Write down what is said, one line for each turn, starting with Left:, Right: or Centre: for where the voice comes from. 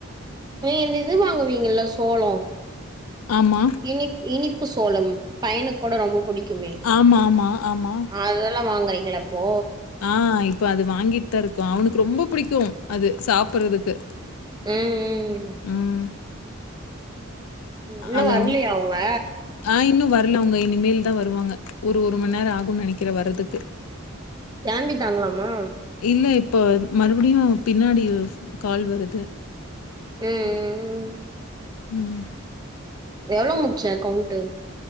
Right: நீங்க இந்த இது வாங்குவீங்கல்ல சோளோ
Left: ஆமா
Right: இனி இனிப்பு சோளம் பையனுக்கூட ரொம்ப புடிக்கு குமே
Left: ஆமா ஆமா ஆமா
Right: அதல்லா வாங்குறீங்களா இப்போ
Left: ஆ இப்ப அது வாங்கிட்டு தா இருக்கோ அவனுக்கு ரொம்ப புடிக்கு அது சாப்புர்றதுக்கு
Right: ம் ம்
Left: ம்
Right: இன்னு
Left: அது
Right: வர்லயா
Left: அவனுக்கு
Right: அவுங்க
Left: ஆ இன்னு வர்ல அவுங்க இனிமேல் தா வருவாங்க ஒரு ஒரு மண் நேரோ ஆகுன் நெனைக்குற வர்றதுக்கு
Right: கெகளம்பிட்டாங்களாமா
Left: இல்ல இப்ப மறுபடியு பின்னாடி கால் வருது
Right: ம்
Left: ம்
Right: எவ்ளோ முட்ச்ச கவ்ண்ட்டு